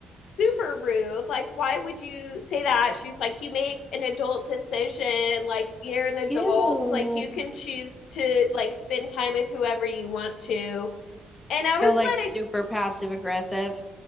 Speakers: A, on the left; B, on the left.
A: super rude. Like, why would you say that? She's like, you make an adult decision. Like, you're an adult.
B: Ew.
A: Like, you can choose to like spend time with whoever you want to. And I
B: So
A: was
B: like super
A: like,
B: passive aggressive.